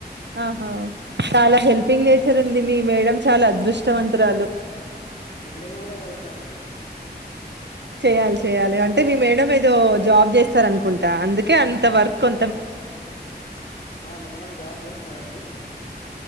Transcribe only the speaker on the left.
గిన్నెలు కూడా కడు తా అండి
ఆ మా మేడ మ్ జాబ్ చేస్తారండి